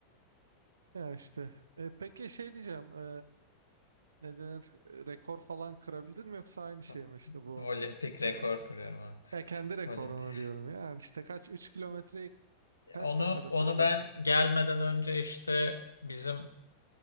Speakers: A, on the right; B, on the left.
A: Ya işte. E, peki şey diyeceğim. E, ne denir e, rekor falan kırabildin mi yoksa aynı şey
B: Hı.
A: mi işte bu
B: Olimpik
A: ka-
B: rekor kırıyorum ha.
A: ya kendi rekorunu
B: Olimpik.
A: diyorum ya. yani işte kaç 3 kilometreyi kaç
B: Onu
A: dakikada
B: onu
A: koşuyordun?
B: ben gelmeden önce işte bizim